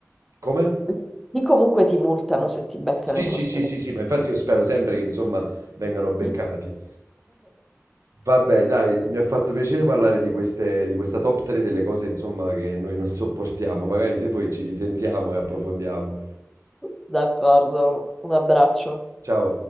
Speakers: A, on the right; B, in the centre.
A: Come?
B: eh. Lì comunque ti multano se ti beccano
A: Sì,
B: in
A: sì,
B: corsia
A: sì,
B: di
A: sì, sì, ma infatti io spero sempre che, insomma, vengano beccati.
B: emergenza.
A: Vabbè, dai, mi ha fatto piacere parlare di queste, di questa top 3 delle cose, insomma, che noi non sopportiamo. Magari se poi ci risentiamo e approfondiamo.
B: <laughs> D'accordo, un abbraccio.
A: Ciao.